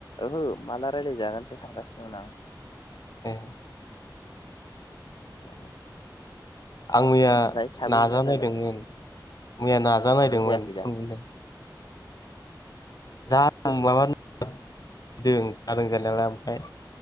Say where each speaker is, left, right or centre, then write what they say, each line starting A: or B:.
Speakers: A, on the left; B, on the left.
A: ओहो माला रायलायजागोनसो सानगासिनोमोन आं।
B: ए
A: <unintelligible>
B: आं मैया
A: ओमफ्राय साबेसेजों
B: नाजा
A: रायलायखो
B: नायदोंमोन मैया नाजा नायदोंमोन
A: ओमफ्राय जायाखै दा
B: फन मोन जा ओं <inaudible> माबा नोदों जादों जानायालाय ओमफ्राय